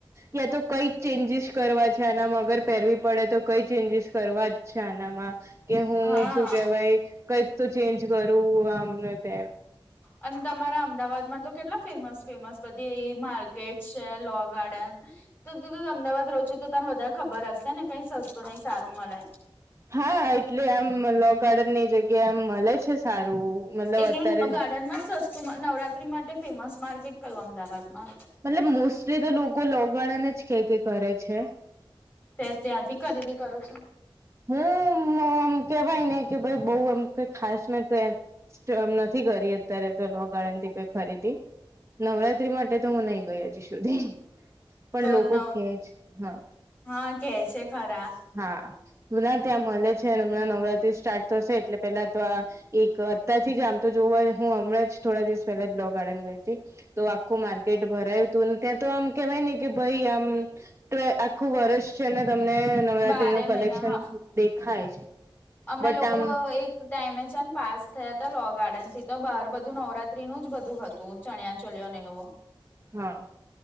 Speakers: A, on the right; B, on the left.
A: યા તો કઈ ચેન્જીસ કરવા છે આના મ વગર પહેરવી પડે તો કઈ ચેન્જીસ કરવા જ છાનામાં કે હું
B: હા
A: શું કેહેવાય કંઈક તો ચેન્જ કરું આમને તેમ
B: અને તમારા અમદાવાદમાં તો કેટલા ફેમસ ફેમસ બધીયે માર્કેટ છે લો ગાર્ડન તો <inaudible> અમદાવાદ રહો છો તો તને વધારે ખબર હશે ને કઈ સસ્તું નહ સારું મળે
A: હા એટલે આમ લો ગાર્ડન ની જગ્યાએ આમ મળે છે સારું મતલબ
B: એકલું
A: અત્યારે
B: <inaudible> <unintelligible> નવરાત્રી માટે ફેમસ માર્કેટ કયું અમદાવાદમાં
A: મતલબ મોસ્ટલી તો લોકો લોગાર્ડન જ કે કે કરે છે
B: તે ત્યાંથી ખરીદી થી કરો છું
A: હું <unintelligible> આમ કેવાય ને કે ભાઈ બઉ એમઈ ખાસ મે <inaudible> નથી કરી અત્યારે તો લોગાર્ડન થી કોઈ ખરીદી નવરાત્રી માટે તો હું નઈ ગય હજી સુધી પણ
B: તો
A: લોકો
B: નવ
A: કેજ હા
B: હા કે છે ખરા
A: હા હમણાં ત્યાં મળે છે અને હમણાં નવરાત્રી સ્ટાર્ટ થશે એટલે પેલા તો આ એક અત્યારથી જ આમ તો <unintelligible> હું હમણાં જ થોડા દિવસ પહેલા જ લો ગાર્ડન ગઈ હતી તો આખું માર્કેટ ભરાયું હતું ત્યાં તો આમ કેવાય ને કે ભઈ આમ આખું વર્ષ છે ને તમને નવરાત્રી
B: બારે
A: ન કલેક્શન
B: મહિના હા
A: દેખાય છે
B: અમે
A: બટ
B: લોકો
A: આમ
B: એક ટાઈમેચન પાસ થયા હતા લો ગાર્ડન થી તો બહાર બધું નવરાત્રી નું જ બધું હતું ચણિયા ચોલીઓને એવું
A: હા